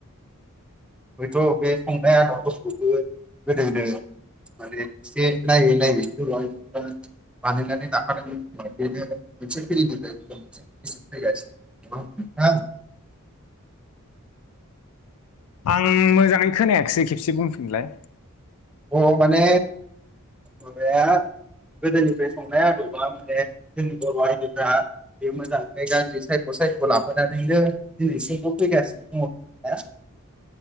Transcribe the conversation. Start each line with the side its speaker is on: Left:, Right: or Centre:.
Centre: हयथ बे संनाया <unintelligible> गोदो गोदो माने एसे नायै नायै <inaudible> बानायनानै लाखादोंमोन बेनो मोनसे फिरिनिफ्राय <inaudible> फैगासिनो <inaudible>
Left: आं मोजाङै खोनायाखसै खेबसे बुंफिनलाय
Centre: अ माने माबाया गोदोनिफ्राय संनाय आदबा माने जोंनि बर' आइजोफ्रा बे मोजांनिफ्राय गाज्रि सायख' सायख' लाबोनानैनो दिनैसिमबो फैगासिनो दङ ना